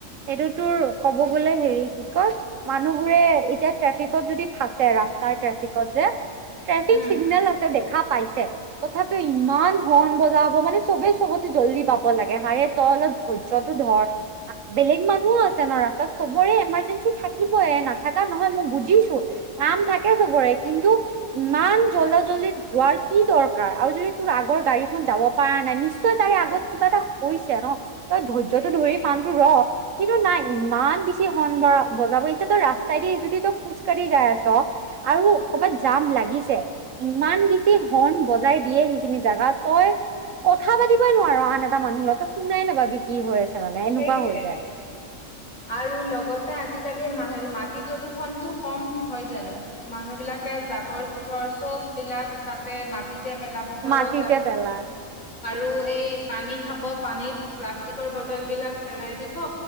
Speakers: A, on the right (about 75°); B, on the left (about 85°).
A: এইটো, তোৰ ক'ব গ'লে, সেৰি কি কয়! মানুহবোৰে, এতিয়া ট্ৰেফিকত যদি ফাচে, ৰাস্তাৰ ট্ৰেফিকত যে, ট্ৰেফিক
B: উম
A: চিগনেল আছে, দেখা পাইছে! তথাপিও ইমান হৰ্ণ বজাব মানে! চবে চব জলদি পাব লাগে। আৰে, তই অলপ ধৈৰ্য্যটো ধৰ! বেলেগ মানুহো আছে ন' ৰাস্তাত। চবৰে, এমাৰ্জেঞ্চি থাকিবয়ে, নাথাকা নহয়, মই বুজিছোঁ! কাম থাকে, চবৰে। কিন্তু, ইমান জলদা-জলদিত যোৱাৰ কি দৰকাৰ? আৰু যদি তোৰ, আগৰ গাড়ীখন যাব পাৰা নাই। নি নিশ্চয়! তাৰে আগত কিবা এটা হৈছে ন'? তই ধৈৰ্য্যটো
B: সেইটোৱে
A: ধৰি মানুহটো ৰ'। কিন্তু, নাই। ইমান বেছি হৰ্ণ ব বজাব! এতিয়া তই, ৰাস্তাই দি যদি, তই খোজ কাঢ়ি যাই আছ। আৰু ক'ৰবাত যাম লাগিছে। ইমান বেছি হৰ্ণ বজাই দিয়ে, সেইখিনি জোগাত! তই কথা পাতিবই নোৱাৰ আন এটা মানুহ লগত। তই শুনাই নাপাবি, কি হৈ আছে মানে, এনেকুৱা
B: সেইটোৱে
A: হৈ যায়।
B: আৰু লগতে, আজিকালি মা মাটি প্ৰদূৰ্ষণটো কম! হয় জানোঁ? মানুহ বিলাকে জাবৰ-জোঁথৰ চব বিলাক, তাতে মাটিত কেতিয়া, পেলাব ক'ৰবাত
A: মাটিতে পেলা
B: আৰু এই পানী খাব, পানীত প্লাষ্টিকৰ বটল বিলাক পেলাই দিব।